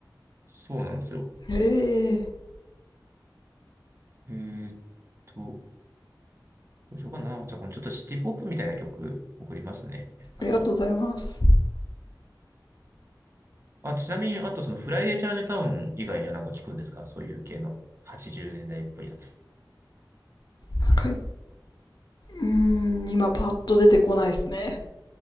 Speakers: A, on the right; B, on the left.
A: そうなんですよ。
B: ええ
A: えーっと、どうしようかな。じゃあ、このちょっとシティポップみたいな曲送りますね。あとは。
B: ありがとうございます。
A: あ、ちなみに、あとそのフライデーチャイナタウン以外にはなんか聞くんですかそういう系の80年代っぽいやつ。
B: なんかうーん、今パッと出てこないですね。